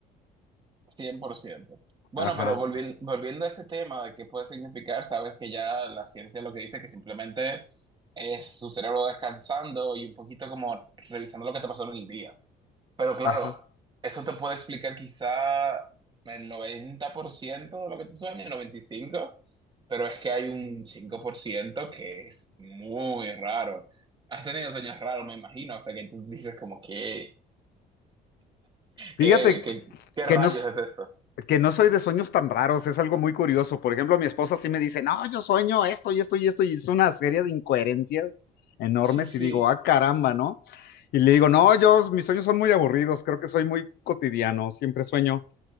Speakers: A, on the right; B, on the left.
A: cien por ciento Bueno,
B: Ajá.
A: pero volvi- volviendo a ese tema de qué puede significar, sabes que ya la ciencia lo que dice que simplemente es tu cerebro descansando y un poquito como revisando lo que te pasó en el día. Pero claro,
B: Ajá.
A: eso te puede explicar quizá el 90% de lo que tú sueñas, el 95%, pero es que hay un 5% que es muy raro. Has tenido sueños raros, me imagino, o sea que tú dices como que,
B: Fíjate
A: ¿qué, qué,
B: que
A: qué
B: que
A: rayos
B: no, s-
A: es esto?
B: que no soy de sueños tan raros, es algo muy curioso. Por ejemplo, mi esposa sí me dice, no, yo sueño esto y esto y esto, y es una serie de incoherencias enormes,
A: Sí, sí,
B: y digo, ah, caramba, ¿no? Y le digo, no, yo, mis sueños son muy aburridos, creo que soy muy cotidiano, siempre sueño